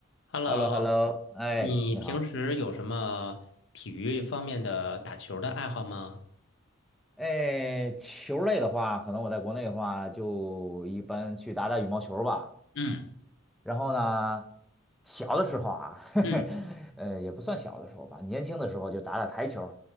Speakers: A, on the left; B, in the centre.
A: Hello，
B: h e l l o h e l l o 哎，
A: 你平时有什么体育方面的打球的爱好吗？
B: 你好。哎，球类的话，可能我在国内的话，就一般去打打羽毛球吧。
A: 嗯
B: 然后呢，小的时候啊，<laughs> 呵呵
A: 嗯，
B: 呃，也不算小的时候吧，年轻的时候就打打台球，